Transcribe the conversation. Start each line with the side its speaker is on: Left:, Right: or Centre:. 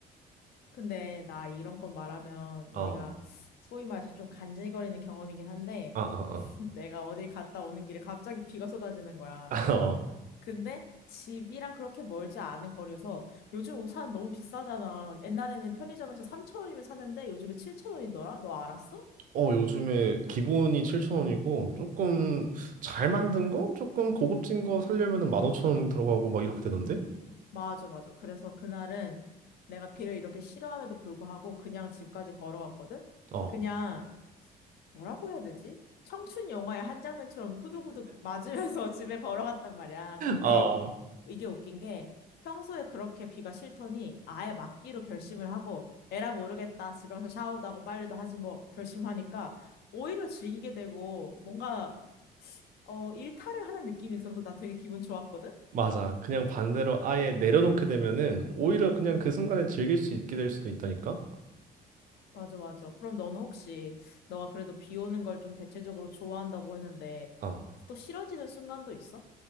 Left: 근데 나 이런 건 말하면 우리가
Right: 어,
Left: 소위 말해서 좀 간질거리는 경험이긴 한데,
Right: 아, 아,
Left: <laughs> 내가 어디 갔다 오는 길에 갑자기 비가 쏟아지는 거야.
Right: 아. <laughs> 어,
Left: 근데 집이랑 그렇게 멀지 않은 거리여서 요즘 우산 너무 비싸잖아. 옛날에는 편의점에서 3,000원이면 샀는데 요즘에 7,000원이더라? 너 알았어?
Right: 어, 요즘에 기본이 7,000원이고, 조금 잘 만든 거? 조금 고급진 거 사려면은 15,000원 들어가고 막 이렇게 되던데?
Left: 맞아, 맞아. 그래서 그날은 내가 비를 이렇게 싫어함에도 불구하고 그냥 집까지 걸어갔거든?
Right: 어,
Left: 그냥 뭐라고 해야 되지? 청춘 영화의 한 장면처럼 후두구두 맞으면서 <laughs> 집에 걸어갔단 말이야. 근데
Right: 어.
Left: 이게 웃긴 게 평소에 그렇게 비가 싫더니 아예 막기로 결심을 하고 에라 모르겠다 집에 가서 샤워도 하고 빨래도 하지 뭐 결심하니까 오히려 즐기게 되고 뭔가 어 일탈을 하는 느낌이 들어서 나 되게 기분 좋았거든?
Right: 맞아. 그냥 반대로 아예 내려놓게 되면은 오히려 그냥 그 순간에 즐길 수 있게 될 수도 있다니까?
Left: 맞아 맞아. 그럼 너는 혹시 너가 그래도 비 오는 걸 좀 대체적으로 좋아한다고 했는데
Right: 어.
Left: 또 싫어지는 순간도 있어?